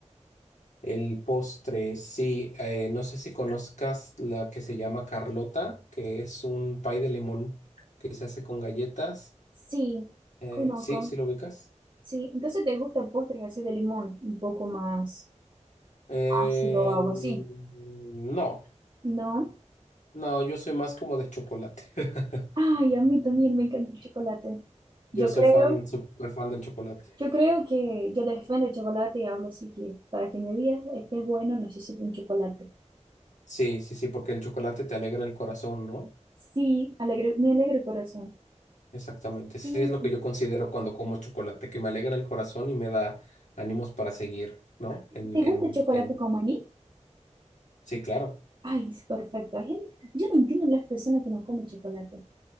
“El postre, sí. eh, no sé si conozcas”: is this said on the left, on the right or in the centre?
Left